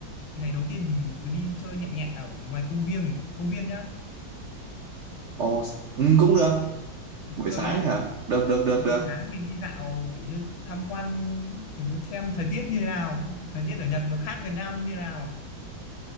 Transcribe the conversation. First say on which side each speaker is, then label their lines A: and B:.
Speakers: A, on the left; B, on the right.
A: ngày đầu tiên thì mình cứ đi chơi nhẹ nhẹ ở ngoài công viên này công viên nhá
B: Ồ, ừ, cũng được
A: cũng
B: buổi
A: được
B: sáng
A: được không
B: hả được được được
A: Ừ,
B: được
A: buổi sáng mình đi dạo kiểu như tham quan kiểu như xem thời tiết như thế nào thời tiết ở Nhật nó khác Việt Nam nó như thế nào